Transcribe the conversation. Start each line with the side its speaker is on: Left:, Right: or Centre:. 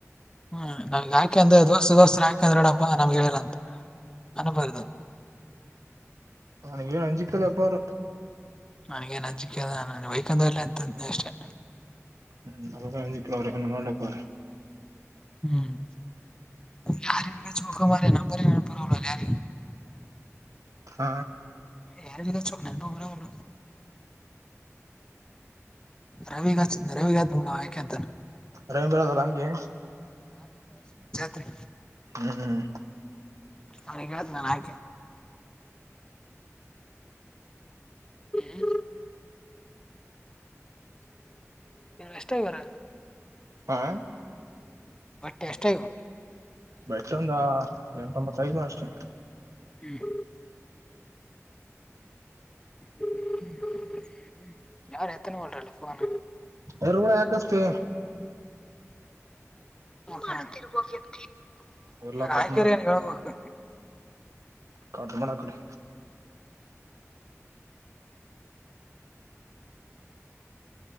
Left: ಹ್ಮ್ ನಾವ್ ಹಾಕೆ ಅಂದ್ರೆ ದೋಸ್ಸ ದೋಸ್ತ್ ಹಾಕಿ ಕದ್ರಡಪ್ಪ ನಮ್ಗೆ ಹೇಳಿಲ್ಲ ಅಂತ ಅನಬಾರದು
Right: ನನಗೆ ಏನು ಅಂಜ ಕಲ್ಲಪ್ಪರ
Left: ನನಗೇನ್ ಅಜಿಕೆದ ವೈೇಕಂದ ಅಂತ ಅಷ್ಟೇ
Right: ಹ್ಮ್ ಅವಲ ಅವ್ರನ ಮಾಡ್ಲಕ್ಕ ಅವ್ರ
Left: ಹ್ಮ್ ಯಾರ ಹಕ ಮ್ರ ನ ಯಾರ
Right: ಹ
Left: ಯಾರ ಚ ನಪರಲ್ಲ ರವಿಗತ ರವಿಗ ಆಯಕತ
Right: ರ ಬರೋದಲ್ಲ ಹಂಗೆ
Left: ತ್ರಿ
Right: ಹ್ಮ್ ಹ್ಮ್
Left: ಅ ಕಳ್ತ ನಾನ ಆಯ ಹ ಎಷ್ಟ ಇದವಾರ
Right: ಆ
Left: ಟೆಸ್ಟ್ಾಯಾ
Right: ಬಟ್ಸ ಒಂದ ಎಂಟೊಂಬತ್ತೈದನ ಅಷ್ಟೆ
Left: ಹ್ಮ್ ್ಮ್ಮ ಯಾರು ಎತ್ತನ ಮಾಡ್ರಲ್ಲ ಫೋನ್
Right: ಎರಗರು ಯಾಕಷ್ಟೇ
Left: ಮಾಡತಿಗ ವ್ಯಕ್ತಿ
Right: ಎಲ್ಲ
Left: ಇವ
Right: ಕಟ್
Left: ಆಯ್ಕರಿ ಏನ್ ಹೇಳ್ಬೇಕು
Right: ಕಟ ಮಾಡಳ ಕಡೆ